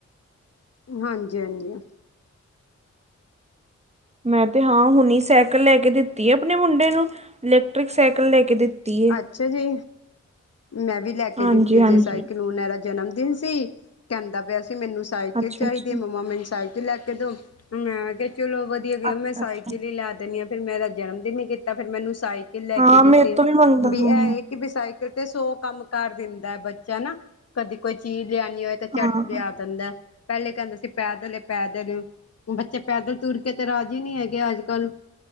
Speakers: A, on the left (about 55°); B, on the right (about 20°).
A: ਹਾਂਜੀ-ਹਾਂਜੀ।
B: ਮੈਂ ਤੇ ਹਾਂ ਹੁਣੀ ਸਾਈਕਲ ਲੈ ਕੇ ਦਿੱਤੀ ਹੈ ਆਪਣੇ ਮੁੰਡੇ ਨੂੰ ਇਲੈਕਟ੍ਰਿਕ ਸਾਈਕਲ ਲੈ ਕੇ ਦਿੱਤੀ ਏ।
A: ਅੱਛਾ ਜੀ। ਮੈਂ ਵੀ ਲੈ ਕੇ
B: ਹਾਂਜੀ
A: ਦਿੱਤੀ
B: ਹਾਂਜੀ
A: ਜੇ ਸਾਈਕਲ ਉਹਨਾਂ ਦਾ ਜਨਮ ਦਿਨ ਸੀ, ਕਹਿੰਦਾ ਪਿਆ ਸੀ ਕਿ ਮੈਨੂੰ ਸਾਈਕਲ
B: ਅੱਛਾ
A: ਚਾਹੀਦੀ
B: ਅੱਛਾ
A: ਹੈ ਮੰਮਾ ਮੈਨੂੰ ਸਾਈਕਲ ਲੈ ਕੇ ਦੋ ਮੈਂ ਕਿਹਾ ਚਲੋ ਵਧੀਆ ਗਿਆ
B: ਅੱਛਾ
A: ਮੈਂ ਸਾਈਕਲ
B: ਅੱਛਾ
A: ਹੀ ਲੈ ਦਿੰਨੀ ਆ ਫ਼ਿਰ ਮੈਂ ਇਹਦਾ ਜਨਮ ਦਿਨ ਨਹੀਂ ਕੀਤਾ ਫਿਰ ਮੈ ਇਹਨੂੰ ਸਾਈ ਕਲ ਕੇ ਲੈ
B: ਹਾਂ
A: ਕੇ ਦਿੱਤੀ
B: ਮੇਰੇ
A: ਹੈ।
B: ਤੋਂ ਮੰਗਦਾ
A: ਵੀ
B: ਹਾਂ
A: ਇਹ ਕਿ ਸਾਈਕਲ ਤੇ ਸੌ ਕੰਮ ਕਰ ਦਿੰਦਾ ਹੈ ਬੱਚਾ ਨਾ, ਕਦੀ ਕੋਈ ਚੀਜ ਲਿਆਣੀ ਹੋਏ ਤਾਂ
B: ਹਾਂ
A: ਝੱਟ ਲਿਆ ਦਿੰਦਾ ਪਹਿਲੇ ਕਹਿੰਦਾ ਸੀ ਪੈਦਲ ਏ ਪੈਦਲ ਬੱਚੇ ਪੈਦਲ ਤੁਰ ਕੇ ਤੇ ਰਾਜ਼ੀ ਨਹੀ ਹੈਗੇ ਅੱਜਕੱਲ।